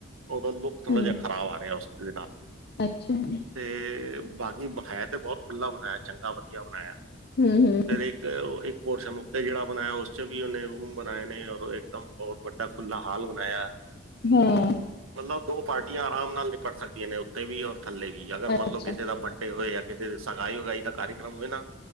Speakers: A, on the right; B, on the left.
A: ਉਹਦਾ ਲੁੱਕ ਥੋੜ੍ਹਾ
B: ਹੂੰ
A: ਜਿਹਾ ਖ਼ਰਾਬ ਆ ਰਿਹਾ ਉਸ ਦੇ ਨਾਲ
B: ਅੱਛਾ ਜੀ
A: ਤੇ ਬਾਕੀ ਹੈ ਤੇ ਬਹੁਤ ਖੁੱਲਾ ਬਣਾਇਆ ਚੰਗਾ ਵਧੀਆ ਬਣਾਇਆ।
B: ਹੂੰ-ਹੂੰ
A: ਫਿਰ ਇੱਕ ਪੋਰਸ਼ਨ ਉੱਤੇ ਜਿਹੜਾ ਬਣਾਇਆ ਉਸ ਚ ਵੀ ਉਹਨੇ ਰੂਮ ਬਣਾਏ ਨੇ ਔਰ ਇੱਕਦਮ ਬਹੁਤ ਵੱਡਾ ਫੁੱਲਾਂ ਹਾਲ ਬਣਾਇਆ
B: ਹੈਂ।
A: ਮਤਲਬ ਦੋ ਪਾਰਟੀਆਂ ਆਰਾਮ ਨਾਲ ਨਿਪਟ ਸਕਦੀਆਂ ਨੇ ਉੱਤੇ ਵੀ ਔਰ ਥੱਲੇ ਵੀ, ਅਗਰ ਮੰਤਲਬ
B: ਅੱਛਾ
A: ਕਿਸੇ ਦਾ ਬਅ ਹੋਏ ਜਾਂ ਕਿਤੇ ਸਗਾਈ ਵਗਾਈ ਦਾ ਕਾਰਯਕ੍ਰਮ ਹੋਏ ਨਾ